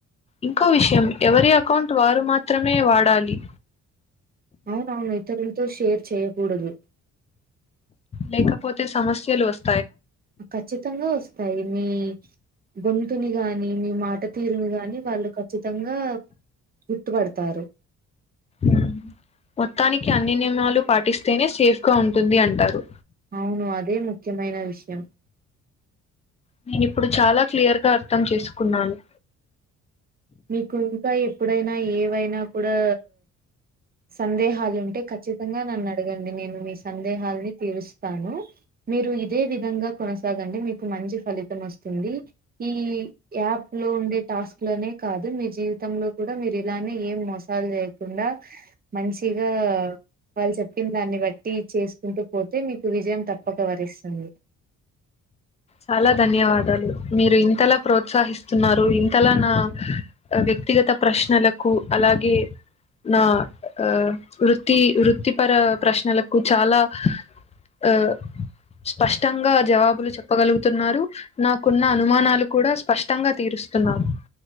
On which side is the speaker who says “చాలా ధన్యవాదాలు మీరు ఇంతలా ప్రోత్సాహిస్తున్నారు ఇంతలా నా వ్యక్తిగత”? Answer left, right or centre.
Left